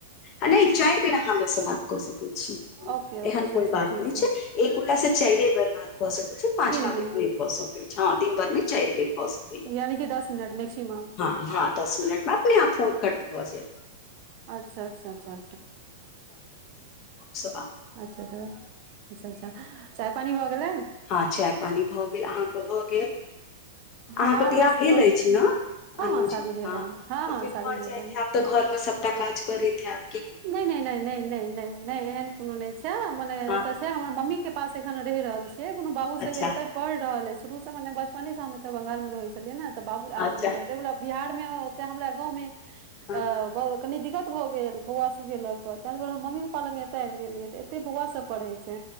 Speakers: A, on the left (about 40°); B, on the right (about 50°).
A: आ नहि चारि बेना अहाँ हमरा से बात कऽ सकैत छी
B: ओके
A: एहन
B: अच्छा
A: कोई
B: अच्छा
A: बात
B: ठीक
A: नहि छै एकोटा से चारिे बेर बात भए सकल छै पाँचवा
B: दिनमे
A: बेर नहि भए सकल छै दिन भर मे चारि बेर भए सक
B: यानि कि दस मिनट मैक्सिमम।
A: हँ दस मिनट मे अपने यै फोन कट भऽ जात
B: अच्छा अच्छा अच्छा।
A: सुभ।
B: अच्छा अच्छा अच्छा चाय पानी भऽ गेलै
A: ह चाय पानी भऽ गेल अहाँकेँ भऽ गेल अहाँकेँ
B: हँ
A: बियाह
B: बस
A: भेल
B: थोड़े
A: अछि ने
B: हँ
A: अनुजी
B: हँ शादी भेल
A: ह
B: है हँ
A: तऽ
B: हँ
A: फेर
B: शादी
A: घर
B: भेल
A: जाई
B: है
A: आब तऽ घर मे सबटा काज करैत आब
B: नहि नहि नहि नहि नहि एहन कोनो नहि छै मने
A: हँ
B: एतय छै हमर मम्मी के पास एखन रहि रहल छियै कोनो बाबू
A: अच्छा
B: सभ के एतऽ पढ़ि रहल अछि ई शुरूसँ मने बचपनेसँ हम एतऽ बंगाल मे रहै छलियै ने तऽ बाबू आब
A: अच्छा
B: डेवलप बिहार मे ओते हमरा गाव मे
A: हँ
B: आ बहुत कनि दिक्क भऽ गेल बौआ सभके लऽ कऽ तऽ दुआरे हम मम्मी पप्पा लग एतय आबि गेलिय तऽ तऽ एते बौआ सब पढ़ै छै